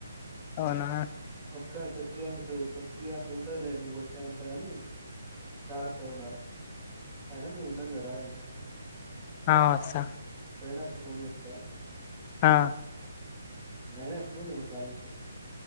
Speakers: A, on the left; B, on the right.
A: అవునా
B: ఒక్క కొద్దిగా అంత కొద్ది అంత ఉంటదిలే నువ్వు కొట్టే అంతగాని జాగ్రతగా ఉండాలి అయినా మేము ఉన్నాం కద రా ఏంకా
A: ఆ వస్తా
B: పోయినపుడు ఫోన్ చెత్తా
A: ఆ
B: అయినా ఎప్పుడు పోతున్నావు కాలేజీకి